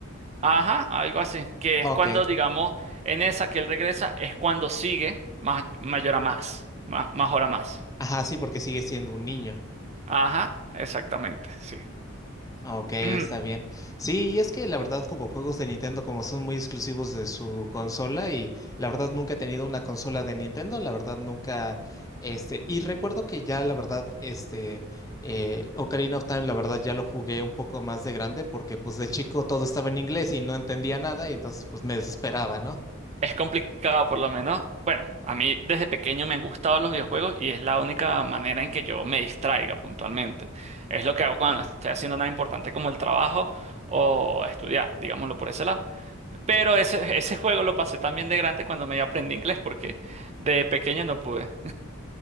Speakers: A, on the right; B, on the left.
A: Ajá, algo así, que
B: Ok.
A: es cuando, digamos, en esa que él regresa, es cuando sigue ma- mayor a Max, ma- más hora más.
B: Ajá, sí, porque sigue siendo un niño.
A: Ajá, exactamente, sí.
B: Ok, está
A: <clears throat>
B: bien. Sí, y es que la verdad, como juegos de Nintendo, como son muy exclusivos de su consola, y la verdad nunca he tenido una consola de Nintendo, la verdad nunca, este, y recuerdo que ya, la verdad, este, eh, Ocarina of Time, la verdad, ya lo jugué un poco más de grande, porque pues de chico todo estaba en inglés y no entendía nada, y entonces pues me desesperaba, ¿no?
A: Es complicado por lo menos. Bueno, a mí desde pequeño me han gustado los videojuegos y es la única manera en que yo me distraiga puntualmente. Es lo que hago cuando no estoy haciendo nada importante como el trabajo o estudiar, digámoslo por ese lado. Pero ese, ese juego lo pasé también de grande cuando me aprendí inglés porque de pequeño no pude.